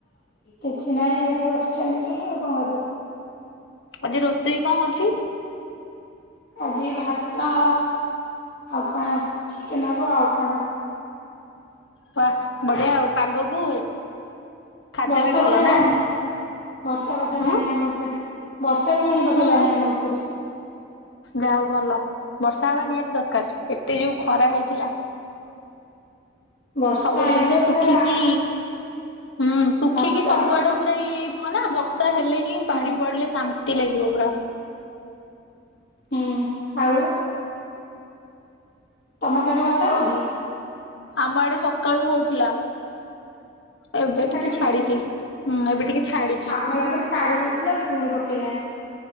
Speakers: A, on the left; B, on the left.
A: କିଛି ନାଇଁ ଏଇଠି ବସିଛନ୍ତି ସବୁ ଆଉ କଣ କରିବେ।
B: ଆଜି ରୋଷେଇ କଣ ହଉଚି?
A: ଆଜି ଭାତ ଆଉ କଣ ଚିକେନ୍ ହବ ଆଉ କଣ।
B: <unintelligible> ବଢିଆ ଆଉ ପାଗକୁ ଖାଦ୍ୟ
A: ବର୍ଷା
B: ବି ଭଲ
A: ପକେଇଲାଣି
B: ନା
A: ବର୍ଷା ପକେଇଲାଣି
B: ହୁଁ।
A: ଆମ ଏପଟେ। ବର୍ଷା ପୁଣି ପକେଇଲାଣି
B: ହୁଁ
A: ଆମ ଏପଟେ।
B: ଯାହା ହଉ ଭଲ। ବର୍ଷା ହବା ନିହାତି ଦରକାର। ଏତେ ଯୋଉ ଖରା ହେଇଥିଲା।
A: ବର୍ଷା
B: ସବୁ
A: ହେଲେ
B: ଜିନିଷ
A: ପୁରା
B: ଶୁଖିକି ହୁଁ ଶୁଖିକି
A: ନଷ୍ଟ।
B: ସବୁଆଡୁ ପୁରା ଇଏ ହେଇଥିବ ନା ବର୍ଷା ହେଲେ ହିଁ
A: ହୁଁ
B: ପାଣି ପଡିଲେ ଶାନ୍ତି ଲାଗିବ ପୁରା।
A: ହୁଁ ହୁଁ ଆଉ ତମ ସିଆଡେ ବର୍ଷା ହଉଚି?
B: ଆମ ଆଡେ ସକାଳୁ ହଉଥିଲା। ଏବେ
A: ଛାଡି
B: ଟିକେ
A: ଯାଇଛି।
B: ଛାଡିଚି। ହୁଁ ଏବେ ଟିକେ ଛାଡିଚି
A: ଆମ ଇଆଡେ ଛାଡି ଯାଇଥିଲା ପୁଣି ପକେଇଲାଣି।